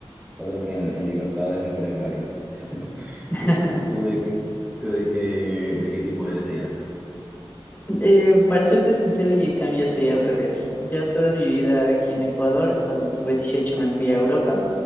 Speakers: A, in the centre; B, on the left (about 20°).
A: Solo que en, en Libertadores nunca les va bien.
B: <laughs>
A: ¿Tú, tú de, qué- tú de qué, de qué equipo eres allá?
B: Eh, para serte sincero, y en cambio soy al revés. Yo toda mi vida aquí en Ecuador, cuando tuve 18 me fui a Europa,